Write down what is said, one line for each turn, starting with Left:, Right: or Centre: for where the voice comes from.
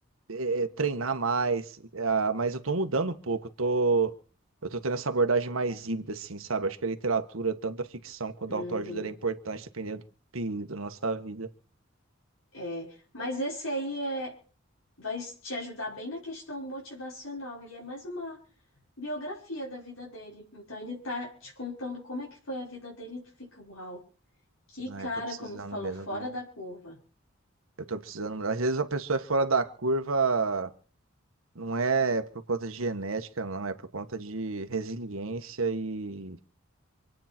Right: é, treinar mais, ah, mas eu tô mudando um pouco, eu tô, eu tô tendo essa abordagem mais híbrida, assim, sabe? Acho que a literatura, tanto da ficção quanto
Left: Uhum.
Right: da autoajuda, ela é importante dependendo do período da nossa vida.
Left: É, mas esse aí é, vai te ajudar bem na questão motivacional e é mais uma biografia da vida dele. Então ele tá te contando como é que foi a vida dele e tu fica, uau, que
Right: Ah,
Left: cara,
Right: eu tô precisando
Left: como tu falou,
Right: mesmo,
Left: fora
Right: viu?
Left: da curva.
Right: Eu tô precisando. Às vezes a pessoa é fora da curva, não é por conta de genética, não, é por conta de resiliência e,